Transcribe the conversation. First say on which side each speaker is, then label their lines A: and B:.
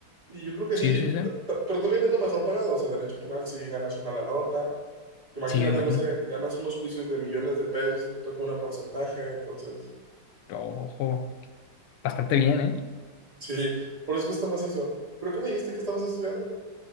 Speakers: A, on the right; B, on the left.
A: Y yo creo que
B: sí,
A: sí,
B: sí, sí,
A: t- t- pero también es lo mejor pagado, o sea, derecho penal si ganas una la nota. Imagínate,
B: sí, me imagino.
A: no sé, ganas unos juicios de millones de pesos, te toca un porcentaje, entonces,
B: Ojo, bastante bien, ¿eh?
A: sí, por eso que está macizo. ¿Pero qué me dijiste que estabas estudiando?